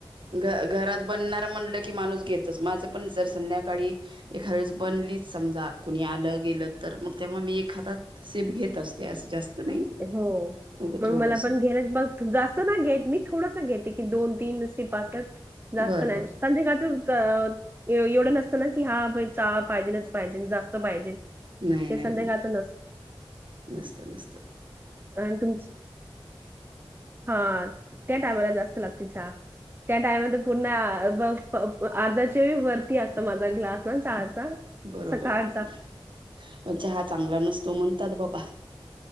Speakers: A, on the right (about 60°); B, on the right (about 25°).
A: घ घरात बनणार म्हणलं की माणूस घेतच माझं पण जर संध्याकाळी एखादे वेळेस बनलीच समजा कुणी आलं गेलं तर मग तेव्हा मी ए हात सेप घेत असते अस जास्त नाही
B: हो
A: अगं
B: मग
A: थोडस
B: मला पण घेण्या मग जास्त ना घेत मी थोड घेते की दोन तीने पाचात <unintelligible> जास्त
A: बरं
B: नाही
A: बरं
B: संध्याकाळच एवढं नसतं ना की हा चहा पाहिजे नाच पाहिजे जास्त पाहिजे.
A: नाही
B: ते
A: नाही
B: संध्याकाळचं
A: नाही नसत नसत
B: अ तुम हा त्या टायमाला जास्त चहा त्या टाइम पूर्ण अर्धाच्या वरती असत माझा ग्लास ना चहाचा
A: बरोबर
B: सकाळचा.
A: बरोबर म्हण च हा चांगला नसतो मण तत बाबा